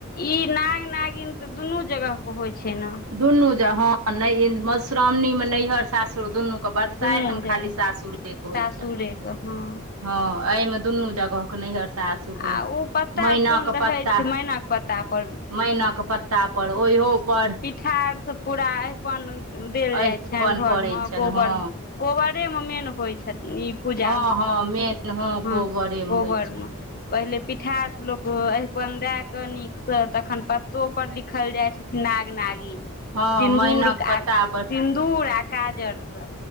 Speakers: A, on the left; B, on the right.
A: ई नाग नागिन तऽ दुनू जगह होइ छैय न।
B: दुनू ज हं नय मधुश्रावणी मे नैहर सासुर दुनू ओ बरसाइत
A: दुनू
B: मे
A: जगह
B: खाली सासुर के होइ
A: सासुरेके
B: छैय।
A: हँ
B: हं एइ मे दुनू जगह के नैहर सासुर। दुनू
A: आ ओ पत्ता
B: मैनाक
A: कोन रहै
B: पत्ता,
A: छै मैनाक पत्ता पर
B: मैनक प। ्ता पर ओहयो पर
A: पिठार स पूरा अरिपन देल जाइ
B: अहिपन
A: छनि घर
B: पड़ै
A: मे,
B: छनि
A: गोबर
B: हँ
A: मे कोबरे मे मेन होइ छथिन ई। पूजा
B: हँ
A: होइ
B: हँ
A: छैय
B: मेन हँ
A: हूं
B: कोबरेमे
A: कोबर
B: होइ छनि
A: मे। पहिले पिठार सऽ लोक अरिपन दए कऽ नीक सऽ तखन पत्तो पर लिख लिखल जाय छथिन नाग-नागिन।
B: हँ
A: सिन्दूर,
B: मैनाक पत्ता
A: सिन्दूर आ काजर सऽ